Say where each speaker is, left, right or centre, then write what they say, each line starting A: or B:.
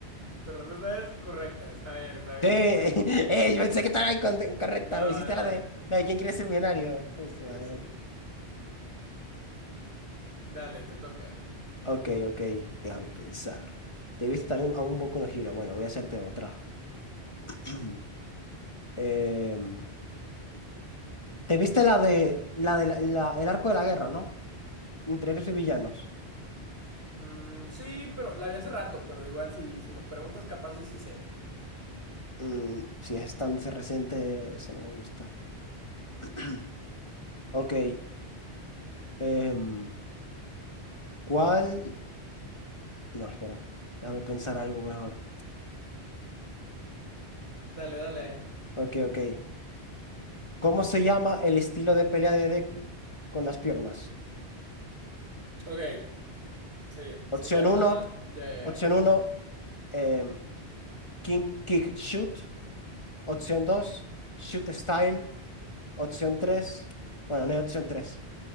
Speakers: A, on the right (about 60°); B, on the left (about 25°).
A: Tu respuesta es correcta. Está bien, está bien.
B: Sí. <laughs> Eh, yo pensé que estaba incorre- incorrecta.
A: No,
B: Me hiciste
A: no.
B: la de, la de quién quiere ser millonario. Hijo de su
A: Sí,
B: madre.
A: sí. Dale, te toca.
B: Ok, ok. Déjame pensar. ¿Te viste también a un Boku no Hero? Bueno, voy a hacerte otra. <clears throat> Em, ¿te viste la de la de la- la- el arco de la guerra, ¿no? Entre héroes y villanos.
A: Mm, sí, pero la vi hace rato, pero igual si, si me preguntas, capaz sí, sí sé.
B: Mm, si es tan reciente, eso no me gusta. <clears throat> Ok. em, ¿cuál? No, espera. Déjame pensar algo mejor.
A: Dale, dale.
B: Ok, ok. ¿Cómo se llama el estilo de pelea de Deku con las piernas?
A: Ok. sí,
B: Opción
A: se llama.
B: uno,
A: Ya, ya, ya.
B: Opción uno, em, King Kick Shoot. Opción 2, Shoot Style. Opción 3, Bueno, no hay opción 3.